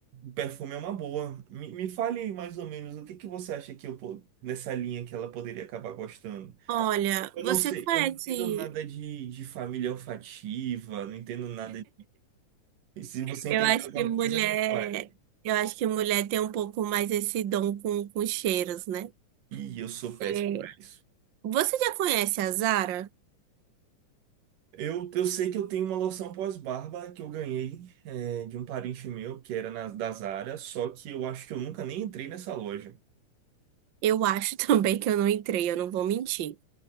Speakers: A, on the right (about 85°); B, on the right (about 55°).
A: perfume é uma boa. Me, me fale aí mais ou menos o que que você acha que eu po- nessa linha que ela poderia acabar gostando.
B: Olha,
A: Eu
B: você
A: não sei,
B: conhece?
A: eu não entendo nada de, de família olfativa, não entendo nada de... Se você
B: Eu
A: entender
B: acho
A: alguma
B: que mulher,
A: coisa, me fale.
B: eu acho que mulher tem um pouco mais esse dom com, com cheiros, né?
A: Ih, eu sou péssimo
B: É.
A: para isso.
B: Você já conhece a Zara?
A: Eu, eu sei que eu tenho uma loção pós-barba que eu ganhei é, de um parente meu, que era na, da Zara, só que eu acho que eu nunca nem entrei nessa loja.
B: Eu acho <laughs> também que eu não entrei, eu não vou mentir.